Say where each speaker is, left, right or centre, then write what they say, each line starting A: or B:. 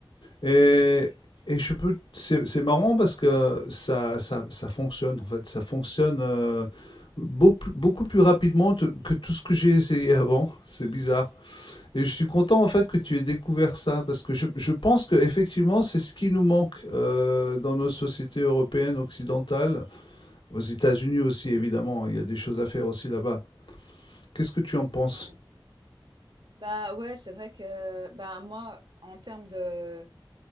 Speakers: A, on the left; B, on the right.
A: Et, et je peux, c'est c'est marrant parce que ça, ça, ça fonctionne, en fait. Ça fonctionne euh, beau- beaucoup plus rapidement te- que tout ce que j'ai essayé avant. C'est bizarre. Et je suis content en fait que tu aies découvert ça parce que je, je pense que effectivement c'est ce qui nous manque euh, dans notre société européenne occidentale, aux États-Unis aussi évidemment, hein, il y a des choses à faire aussi là-bas. Qu'est-ce que tu en penses?
B: Ouais. Bah, ouais, c'est vrai que, bah, moi, en termes de